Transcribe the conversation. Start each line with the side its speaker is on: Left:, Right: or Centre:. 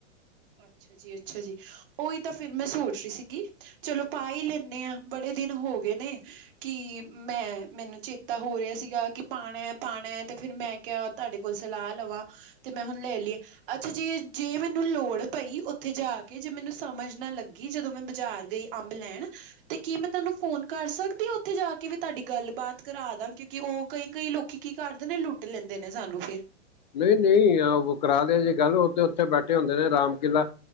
Right: ਅੱਛਾ ਜੀ, ਅੱਛਾ ਜੀ। ਉਹੀ ਤਾਂ ਫਿਰ ਮੈਂ ਸੋਚ ਰਹੀ ਸੀਗੀ, ਚਲੋ ਪਾ ਈ ਲੈਂਨੇ ਹਾਂ ਬੜੇ ਦਿਨ ਹੋ ਗਏ ਨੇ ਕਿ ਮੈਂ-ਮੈਨੂੰ ਚੇਤਾ ਹੋ ਰਿਹਾ ਸੀਗਾ ਕਿ ਪਾਣੈ-ਪਾਣੈ ਤੇ ਫਿਰ ਮੈਂ ਕਿਆ ਤੁਹਾਡੇ ਕੋਲ ਸਲਾਹ ਲਵਾਂ, ਤੇ ਮੈਂ ਹੁਣ ਲੈ ਲੀ, ਅੱਛਾ ਜੇ -ਜੇ ਮੈਨੂੰ ਲੋੜ ਪਈ ਉੱਥੇ ਜਾ ਕੇ ਜੇ ਮੈਨੂੰ ਸਮਝ ਨਾ ਲੱਗੀ, ਜਦੋਂ ਮੈਂ ਬਾਜ਼ਾਰ ਗਈ ਅੰਬ ਲੈਣ। ਤੇ ਕੀ ਮੈਂ ਤੇਨੂ ਫੋਨ ਕਰ ਸਕਦੀ ਆ ਉੱਥੇ ਜਾ ਕੇ ਵੀ ਤਾਡੀ ਗੱਲਬਾਤ ਕਰਾ ਦਾ, ਕਿਉਂਕਿ ਉਹ, ਕਈ ਕਈ ਲੋਕੀ ਕੀ ਕਰਦੇ ਨੇ ਲੁੱਟ ਲੈਂਦੇ ਨੇ ਸਾਨੂੰ ਫਿਰ।
Left: ਨਹੀਂ ਨਹੀਂ, ਕਰਾ ਦੇ ਜੇ ਗੱਲ, ਉਹ ਤੇ ਉੱਥੇ ਬੈਠੇ ਹੁੰਦੇ ਨੇ ਰਾਮ ਕੇਲਾ